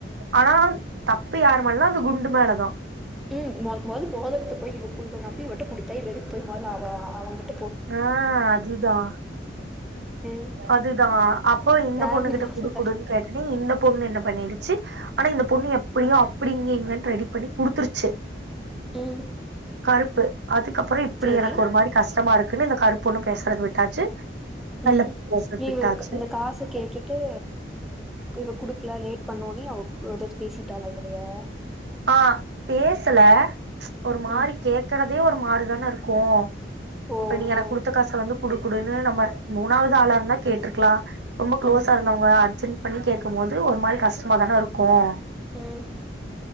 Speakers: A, on the right; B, in the centre.
A: ஆனா தப்பு யாரு மேலா அது குண்டு மேலதா
B: உம் மாதகத்தை போய் கு நம்பி வி குடுத்தாய வெய் அ <unintelligible> வங்கிட்ட
A: அஹ் அதுதான்
B: ம்
A: அதுதான் அப்போ இந்த
B: தேவையில்லாத
A: பொண்ணு கிட்ட கொடுக்கடுன்னு
B: கஷ்
A: கேட்டனே இந்த பொண்ணு என்ன பண்ணிடு ச்சு ஆனா இந்த பொண்ணு எப்படியோ அப்படிங்க இங்கு ரெடி பண்ணி குடுத்துருச்சு
B: ம்
A: கருப்பு அதுக் அப்பறம் இப்படி
B: செரி
A: எனக்கு ஒரு மாரி கஷ் இருக்குன்னு இந்த கருப்புண்ணு பேசுறது விட்டாச்சு
B: உம்
A: வெள்ள பொண்ணு பேசுறது
B: நீ
A: விட்டாச்சு
B: இவ இந்த காசை கேட்டுட்டு இவ குடு லேட் பண்ணோன்னே அவ ஏதாச்சும் பேசிட்டாளா இவலயே
A: ஆஹ் பேசல ஒரு மாரி
B: ம்
A: கேக்குறதே ஒரு மாரி அதான இருக்கும்
B: ஓ
A: அப்ப நீ எனக்கு
B: ஆ
A: கொடுத்த காச வந்து குடு குடுனு நம்ம மூணாவது ஆளா இருந்தா கேட்டிருக்கலாம் ரொம்ப குளோஸா
B: ம்
A: இருந்தவங்க அர்ஜென் பண்ணி கேட்கும் போது ஒரு மாரி கஷ்டமா தானே இருக்கும்
B: உம்